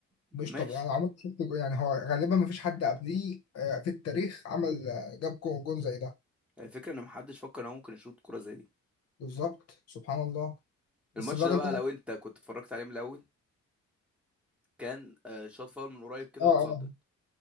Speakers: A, in the centre; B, on the left.
A: ماشي
B: مش طبيعي انا عمري ما شفت جو- يعني هو غالبا ما فيش حد قبليه آه، في التاريخ عمل آه، جاب جو- جون زي ده
A: الفكرة ان محدش فكر ان هو ممكن يشوط كورة زي دي
B: بالظبط سبحان الله بس
A: الماتش
B: الراجل
A: ده بقى
B: ده
A: لو انت كنت اتفرجت عليه من الاول كان آه، شاط فاول من قريب كده
B: اه اه
A: واتصدت